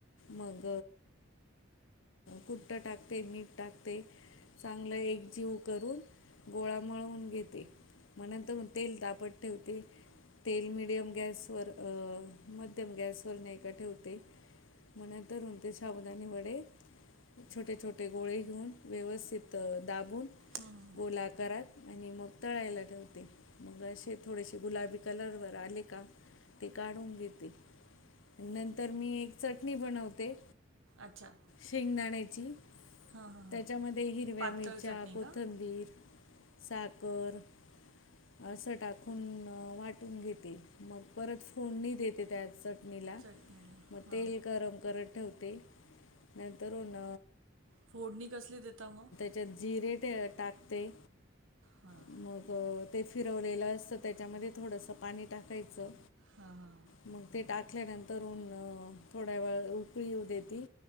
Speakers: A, on the left (about 75°); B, on the right (about 80°).
A: मग कुट्टा टाकते, मीठ टाकते. ते चांगलं एकजीव करून- गोळा मळवून घेते, मग नंतर तेल तापत- ठेवते. तेल मिडियम गॅसवर अ.. मध्यम गॅस वर नाही का ठेवते. मग नंतर ते साबुदाणी वडे- छोटे छोटे गोळे घेऊन व्यवस्थित दाबून-
B: हम्म..
A: गोलआकारात आणि मग तळायला ठेवते. मग असे थोडेसे गुलाबी कलरवर आले का, ते काढून घेते. नंतर मी एक चटणी बनवते.
B: अच्छा!
A: शेंगदाण्याची.
B: हा हा हा
A: त्याच्यामध्ये हिरव्या,
B: पातळ
A: मिरच्या,
B: चटणी
A: कोथंबीर,
B: का
A: साखर, अस टाकून वाटून घेते, मग परत फोडणी देते त्यात चट- चटणीला
B: चटणीला
A: मग
B: हां
A: तेल गरम करत ठेवते नंतरन-
B: फोडणी कसली देताव.
A: त्याच्यात जिरे टाकते
B: हां
A: मग, ते फिरवलेलं असतं त्याच्यामध्ये थोडंसं पाणी टाकायचं.
B: हां हां
A: मग ते टाकल्यानंतरऊन थोड्या वेळ उकळी येऊ देते